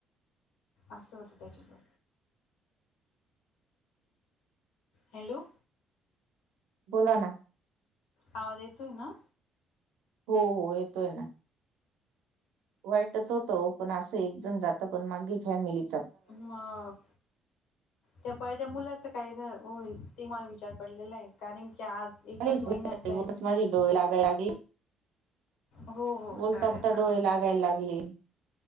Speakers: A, on the left; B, on the right.
A: असं होतं त्याच्याजवळ हॅलो!
B: बोला ना.
A: आवाज येतोय ना?
B: हो हो येतोय ना. वाईटच होतं ओ पण असं एकजण जातं पण मागे फॅमिली
A: मग त्या पहिले त्या मुलाचं काही झा होईल ते मला विचार पडलेलं आहे कारण की आज एकच
B: <unintelligible>
A: महिन्याचा आहे तो
B: माझी डोळे लागायला लागली.
A: हो हो
B: बोलता
A: चालेल
B: बोलता
A: चालेल
B: डोळे लागायला लागले.